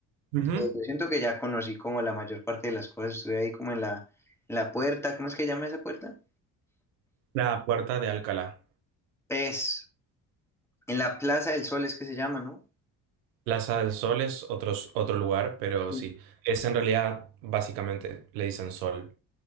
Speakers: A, on the right; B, in the centre.
A: Ujú.
B: eh, yo siento que ya conocí como la mayor parte de las cosas, estuve ahí como en la, en la puerta, ¿cómo es que llama esa puerta?
A: La Puerta de Alcalá.
B: Es, en la Plaza del Sol es que se llama, ¿no?
A: Plaza del Sol es otros- otro lugar, pero
B: Sí.
A: sí. Es en realidad, básicamente, le dicen Sol.